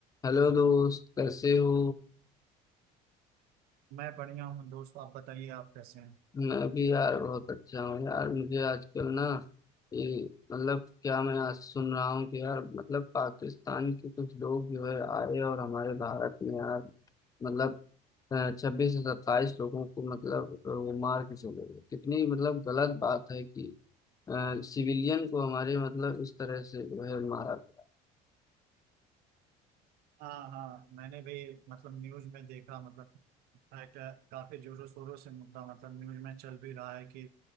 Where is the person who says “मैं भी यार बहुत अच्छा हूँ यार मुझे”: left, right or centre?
Left